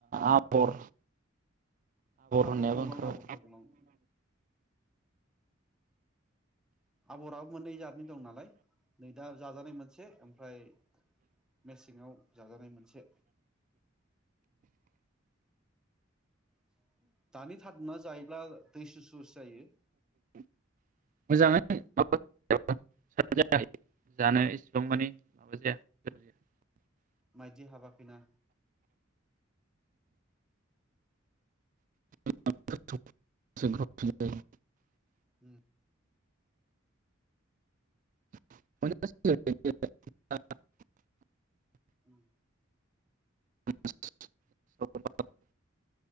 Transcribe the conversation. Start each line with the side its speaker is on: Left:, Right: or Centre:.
Right: आबर
Centre: आबर
Right: होननायाबो
Centre: थग्लं
Right: ओंखारबाय
Centre: आबर थग्लं आबराबो मोननै जादनि दं नालाय नै दा। जाजानाय मोनसे ओमफ्राय मेसेंआव जाजानाय मोनसे। <inaudible> दानि थारुना जायोब्ला दै सुसुसो जायो।
Right: <unintelligible>
Centre: माइदि हाबा बिना
Right: <unintelligible>
Centre: उम।
Right: <unintelligible>
Centre: उम।
Right: <unintelligible>